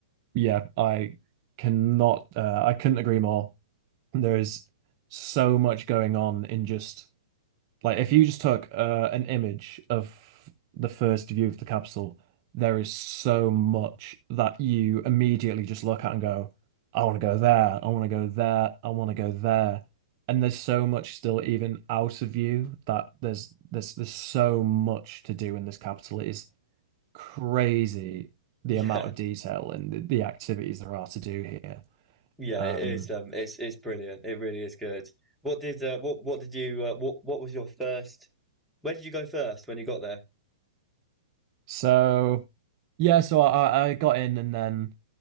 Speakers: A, on the right (about 40°); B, in the centre.
A: Yeah, I cannot. Uh, I couldn't agree more. There is so much going on in just Like if you just took uh, an image of the first view of the capsule, there is so much that you immediately just look at and go, I want to go there, I want to go there, I want to go there. And there's so much still even out of view that there's there's there's so much to do in this capital. It is crazy the
B: <laughs> Yeah,
A: amount of detail and the, the activities there are to do here.
B: yeah,
A: Um,
B: it is. Um, it's it's brilliant. It really is good. What did uh, what what did you uh, what what was your first? Where did you go first when you got there?
A: so yeah, so I, I got in and then.